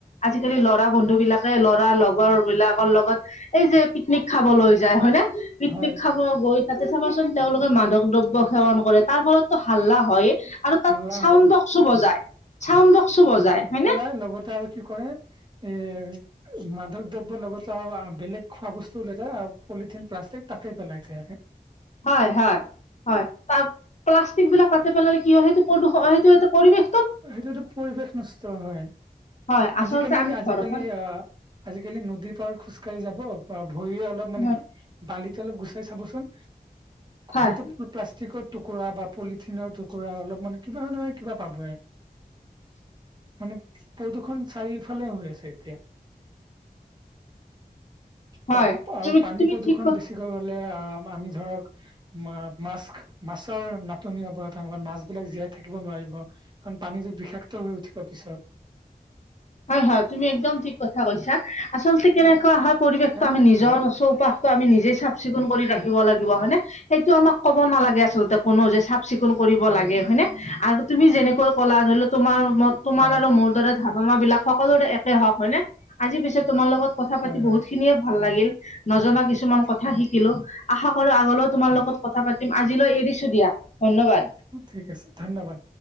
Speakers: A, on the left (about 45°); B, on the right (about 30°).
A: আজিকালি লৰা বন্ধু বিলাকে ল'ৰা লগৰ বিলাকৰ লগত এই যে পিকনিক খাবলৈ যায় হয় নে পিকনিক
B: হয়
A: খাব গৈ তাতে চাবাচোন তেওঁলোকে মাদক দ্ৰব্য সেৱন কৰে তাৰ ফলতো হাল্লা হইয়ে আৰু
B: হাল্লা
A: তাত চাউণ্ড
B: হয়
A: বক্সো বজায় চাউণ্ড বক্সো বজায় হয়নে।
B: এ লগতে আৰু কি কৰে এ মাদক দ্ৰব্যৰ লগতে আৰু বেলেগ খোৱা বস্তু লৈ যায় আৰু পলিথিন প্লাষ্টিক তাতে পেলাই থৈ আহে।
A: হয়-হয়-হয় তাত প্লাষ্টিক বিলাক তাতে পেলালে কি হয় সেইটো প্ৰদষ সেইটো - সেইটো পৰিৱেশ
B: সেইটোৱেতো পৰিৱেশ নষ্ট হয়
A: হয় আচলতে
B: আজিকালি-
A: আমি
B: আজিকালি
A: ঘৰখন
B: আহ আজিকালি নদীৰ পাৰত খোজকাঢ়ি যাব বা ভৰিয়ে অলপ মানে
A: হয়
B: কি বালিত অলপ গুচাই চাবচোন
A: হয়
B: হয়তো প্লাষ্টিকৰ টুকুৰা বা পলিথিনৰ টুকুৰা অলপমান কিবা নহয় কিবা পাবয়ে। মানে প্ৰদূষণ চাৰিওফালে হৈ আছে এতিয়া
A: হয়,
B: তাৰ আৰু
A: তুমি
B: পানী
A: তুমি
B: প্ৰদূ্ষণ
A: ঠিক কথা
B: বেছিকৈ হলে আহ আমি ধৰক মা মাছস্ক মাছৰ নাটনি হ'ব এটাসময়ত মাছ বিলাক জীয়াই থাকিব নোৱাৰিব কাৰণ পানীটো বিষাক্ত হৈ উঠিব পিছত
A: হয় হয় তুমি একদম ঠিক কথা কৈছা আচলতে কেনেকুৱা হয় পৰিৱেশটো
B: হেল্ল'
A: আমি নিজৰ চৌপাশ ত'আমি নিজে চাফ চিকুণ কৰি ৰাখিব লাগিব হয়নে সেইটো আমাক ক'ব নালাগে আচলতে কোনো যে চা চিকুণ কৰিব
B: হয়
A: লাগে হয়নে আৰু তুমি যেনেকৈ কলা ধৰি লওঁ তোমাৰ মত তোমাৰ
B: হয়
A: আৰু মোৰ দৰে ভাবনাবিলাক সকলোৰে একে হওক হয় নে আজি পিছে তোমাৰ লগত কথা পাতি
B: হয়
A: বহুত
B: হয়
A: খিনিয়ে ভাল লাগিল নজনা কিছুমান কথা
B: হয়
A: শিকিলোঁ। আশা কৰো আগলৈওঁ তোমাৰ লগত কথা পাতিম আজিলৈ এৰিছোঁ দিয়া ধন্যবাদ।
B: উম, ঠিক আছে ধন্যবাদ।